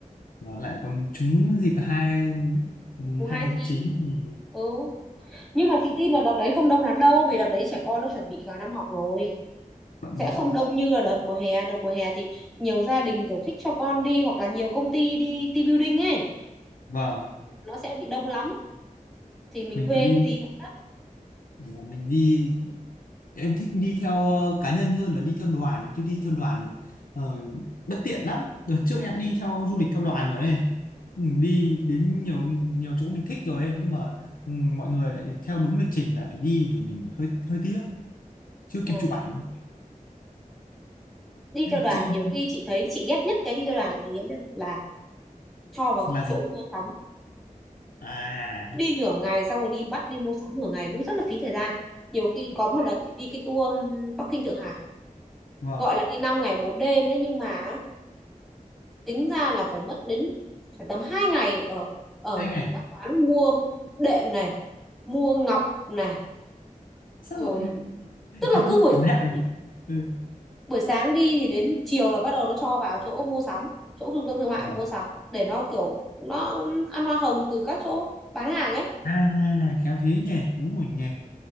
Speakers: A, on the left; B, in the centre.
A: và lại còn trúng dịp hai mùng
B: mùng
A: hai
B: hai
A: tháng
B: chín
A: 9 thì
B: ừ nhưng mà chị tin là đợt đấy không đông lắm đâu vì đợt đấy trẻ con nó chuẩn bị vào năm học rồi
A: bận
B: sẽ
A: rộn
B: không đông như là đợt mùa hè đợt mùa hè thì nhiều gia đình kiểu thích cho con đi hoặc là nhiều công ty đi team building ấy
A: vâng
B: nó sẽ bị đông lắm thì mình
A: mình
B: thuê
A: cứ đi
B: cái gì nó cũng đắt
A: mình đi em thích đi theo ờ, cá nhân hơn là đi theo đoàn chứ đi theo đoàn ờ, bất tiện lắm đợt trước em đi theo du lịch theo đoàn rồi này Ừ, đi đến nhiều nhiều chỗ mình thích rồi ấy. nhưng mà ừ, mọi người lại theo đúng lịch trình lại phải đi thì mình hơi hơi tiếc chưa
B: ừ.
A: kịp chụp ảnh
B: đi theo đoàn
A: chị
B: nhiều khi chị thấy chị ghét nhất cái đi theo đoàn là gì em biết không là cho vào
A: là
B: chỗ
A: gì
B: mua sắm
A: à
B: Cứ đi nửa ngày xong rồi đi bắt đi mua sắm nửa ngày nó rất là phí thời gian nhiều khi có một đợt chị đi cái tour Bắc Kinh Thượng Hải
A: vâng
B: gọi là đi 5 ngày 4 đêm đấy nhưng mà tính ra là phải mất đến phải tầm 2 ngày ở ở
A: hai ngày
B: các quán mua đệm này mua ngọc này
A: sao
B: rồi
A: <laughs>
B: tức là
A: đi mua
B: cứ buổi
A: khử nạn
B: sáng
A: mà. ừ.
B: buổi sáng đi thì đến chiều là bắt đầu nó cho vào chỗ mua sắm chỗ trung tâm thương mại
A: vâng.
B: mua sắm để nó kiểu nó ăn hoa hồng từ các chỗ bán hàng ấy
A: à khéo thế nhỉ đúng rồi nhỉ